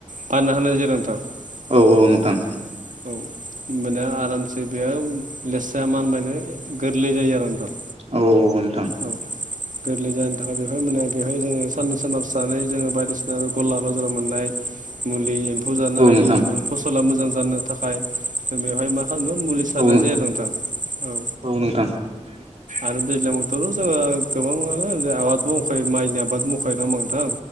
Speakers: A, on the right (about 80°); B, on the right (about 55°).
A: बानायना होनाय जायो आरो नोंथां
B: औ-औ नोंथां
A: औ औ होनबानिया आरामसे बेयाव लेस्राया मानबायनो गोरलै जायो आरो नोंथां
B: औ औ नोंथां
A: औ गोरलै जानायानो थाखाय बेवहाय मोने बेवहाय जोङो साननै सानथामसो थानानै जोङो बायदिसिना गला बाजाराव मोननाय मुलि एम्फौ जानो
B: औ नोंथां औ
A: हायि
B: नोंथां
A: एबा फसला मोजां जानो थाखाय बेवहाय मा खालामो मुलि
B: औ
A: सारनाय जायो नोंथां औ
B: नोंथां नोंथां
A: आरो दैज्लां बोथोरावथ' जोङो गोबाङानो आबाद मावखायो माइनि आबाद मावखायो नङा होमबा नोंथां